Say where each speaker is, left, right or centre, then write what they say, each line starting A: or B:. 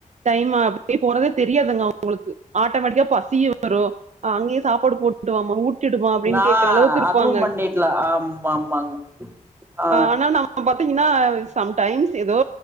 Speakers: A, on the right; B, on the right.
A: டைம் அப்டிய போறதே தெரியாதுங்க அவுங்களுக்கு ஆட்டோமேட்டிக்கா பசியு வரு அ அங்கேயே சாப்பாடு போட்டுவாமா ஊட் டிடுமா அப்டின்னு
B: நா
A: கேக்குற அளவுக்கு இருப்பாங்க
B: அதுவும் பண்ணிட்லா ஆமா ஆமாங்க ஆ
A: ஆனா ந ம்ம பாத்தீங்கன்னா சம்டைம்ஸ் ஏதோ